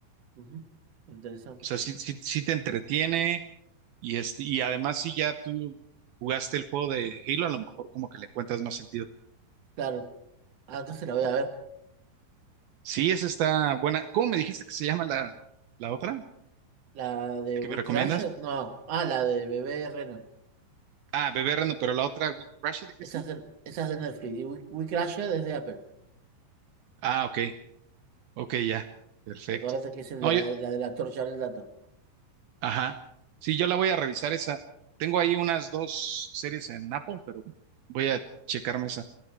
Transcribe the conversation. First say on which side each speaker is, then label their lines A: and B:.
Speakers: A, on the right; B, on the right.
A: Ujú, Interesante.
B: O sea, sí, sí, sí te entretiene y, este, y además si ya tú jugaste el juego de Halo, a lo mejor como que le encuentras más sentido.
A: Claro. Ah, entonces la voy a ver.
B: Sí, esa está buena. ¿Cómo me dijiste que se llama la, la otra?
A: La de
B: ¿La que me
A: We
B: recomiendas?
A: Crashed, no, ah, la de Bebé Reno.
B: Ah, Bebé Reno, pero la otra, We Crash, dijiste.
A: Esa es de, esa es de Netflix. Y We, We Crashed es de Apple.
B: Ah, ok, ok, ya, perfecto.
A: Acordate que es el
B: No,
A: de la,
B: yo,
A: la de la torcha del dato.
B: ajá. Sí, yo la voy a revisar esa. Tengo ahí unas dos series en Apple, pero voy a checarme esa.